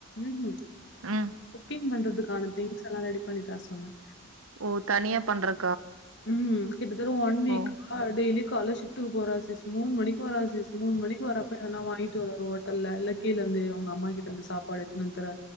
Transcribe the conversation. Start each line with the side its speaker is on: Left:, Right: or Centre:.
Left: உஹும்
Right: ம்
Left: குக்கிங் பண்றதுக்கான திங்ஸ்ஸல்லா ரெடி பண்ணி தர சொன்ன
Right: ஓ தனியா பண்றது
Left: உம் கிட்ட தட்ட ஒன் வீக்கா
Right: ஓ
Left: டெய்லி கால்ல ஷிப்ட்டுக்கு போறாரு சிஸ் மூணு மணிக்கு வராரு சிஸ் மூணு மணிக்கு வரப்ப எதனா வாங்கிட்டு வருவாரு ஹோட்டல இல்னா கீழ ந்து அவுங்க அம்மா கிட்ட இருந்து சாப்பாடு எடுத்துன்னு வந்து தரா